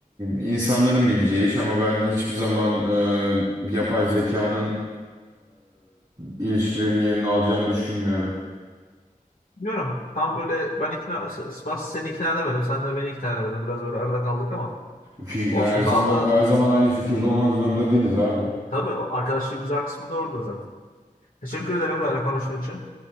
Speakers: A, on the right; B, on the left.
A: insanların bileceği iş ama ben hiçbir zaman e, yapay zekanın e, ilişkilerin yerini alacağını düşünmüyorum.
B: Bilmiyorum. Tam böyle ben ikna, ben seni ikna edemedim. Sen de beni ikna edemedin. Biraz böyle arada kaldık ama
A: Fi-
B: olsun.
A: Her zaman
B: Daha da
A: her zaman aynı fikirde olmak zorunda değiliz abi.
B: tabii arkadaşlık güzel kısmı da orada zaten. Teşekkür ederim benimle konuştuğun için.